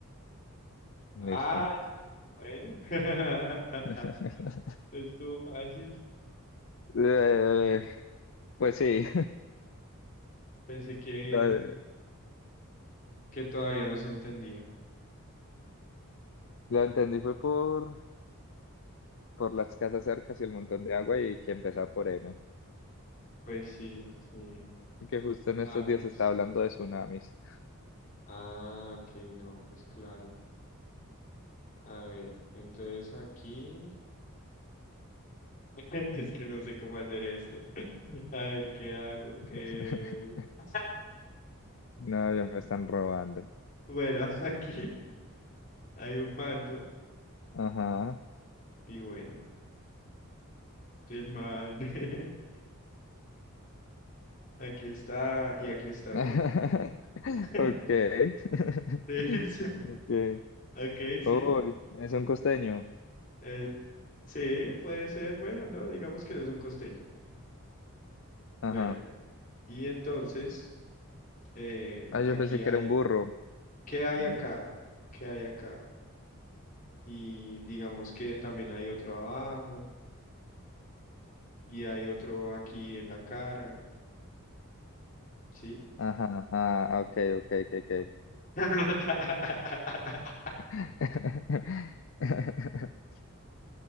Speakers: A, on the left; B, on the left.
A: Listo.
B: Ay, bueno. <laughs>
A: <laughs>
B: Estuvo fácil.
A: Eh, pues sí,
B: Pensé que,
A: <laughs> lo,
B: que todavía no se entendía.
A: lo entendí fue por, por las casas cercas y el montón de agua y que empezaba por M.
B: Pues sí, sí.
A: Y que justo en estos
B: A ver,
A: días
B: es-
A: está hablando de tsunamis.
B: Ah, ok, no, pues claro. A ver, entonces aquí. <laughs> Es que no sé cómo hacer esto. <laughs> A ver, ¿qué hago?
A: <laughs>
B: Eh... <laughs>
A: No, ya me están robando.
B: Bueno, <laughs> aquí hay un mando
A: Ajá.
B: y bueno, el man <laughs> aquí está y aquí está,
A: <laughs>
B: ¿no? <laughs>
A: Okay. <laughs>
B: Sí, <laughs> sí.
A: Okay.
B: Ok, sí.
A: Uy, es un costeño.
B: eh, sí, puede ser. Bueno, no, digamos que no es un costeño.
A: Ajá.
B: Bueno, y entonces, eh,
A: Ah, yo
B: aquí
A: pensé que
B: hay,
A: era un burro.
B: ¿qué hay
A: ¿Eh?
B: acá? ¿Qué hay acá? Y digamos que también hay otro abajo y hay otro aquí en la cara, ¿sí?
A: Ajá, ajá. Ok, ok, ok, ok.
B: <laughs>
A: <laughs>